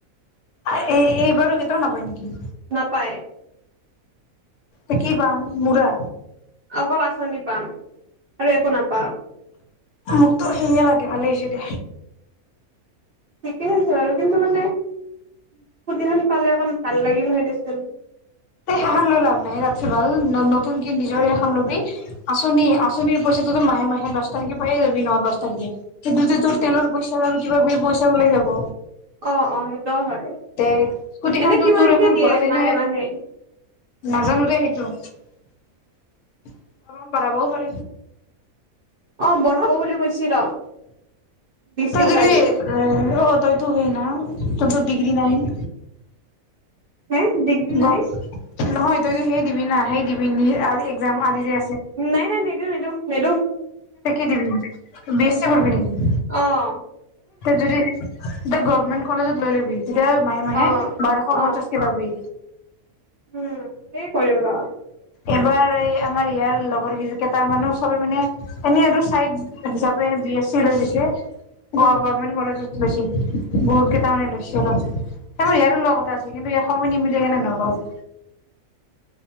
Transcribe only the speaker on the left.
এই-এইবাৰ কেইটাও নাপায় নেকি?
ই কি বাল মূৰা
মোকতো সেয়ে লাগে ভালে হৈছে দে
এ হেখন লৈ লাভ নাই এইয়াতকৈ ভাল নতুনক নিজৰে এখন ল'বি আঁচনি আঁচনিৰ পইচাটোতো মাহে মাহে দহ তাৰিখে পায় লবি ন দহ তাৰিখে সন্ততে তোৰ তেলৰ পইচা আৰু কিবা গ পইচা ওলাই যাব
তে স্কুটিখনতো
তোৰ এখন
ঘৰত এনে
নাজানো দে সেইটো অঁ বাৰ হাজাৰ
তই যদি
অঁ তইতো হেই ন তোৰটো ডিগ্ৰী নাই <inaudible>
গম
নহয় তইতো সেই দিবি না সেই দিবি নি আৰু এক্জাম আদি যে
তই কি দিবি বিয়া চিয়া কৰিব নেকি
তই যদি এটা গভমেণ্ট কলেজত লৈ ল'বি তেতিয়া মাহে মাহে
বাৰশ
পঞ্চাশ কে পাবি
এবাৰ এই আমাৰ ইয়াৰ লগৰ ক কেইট মানুহ সবে মানে এনেই আৰু চাইদ হিচাপে এনে বি এছ চি লৈ গৈছে
গভৰ্নমেণ্ট কলেজত বেছি বহুত কেইটা মানে লৈছো অলপ তোৰ ইয়াৰো লগ কথা আছিল কিন্তু ইয়াৰ সময় নিমিলি কেনে নল'ল